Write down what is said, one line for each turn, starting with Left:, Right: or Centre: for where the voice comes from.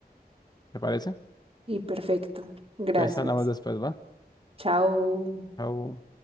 Left: ¿Te parece?
Right: y perfecto. Gracias.
Left: Entonces hablamos después, ¿va?
Right: Chao.
Left: Chao.